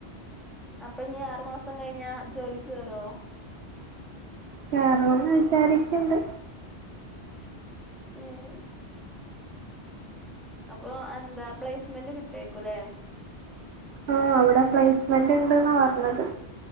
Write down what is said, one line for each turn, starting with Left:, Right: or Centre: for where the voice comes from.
Centre: അപ്പ ഇഞ്ഞി ആറു മാസം കഴിഞ്ഞ ജോലിക്ക് കയറോ
Right: കേറണംന്ന് വിചാരിക്കെണ്ട്
Centre: ഏഹ് അപ്പൊ എന്താ പ്ലേസ്മെന്റ് കിട്ടേക്കുലേ
Right: ആഹ് അവിടെ പ്ലേസ്മെന്റിണ്ട്ന്നാ പറഞ്ഞത്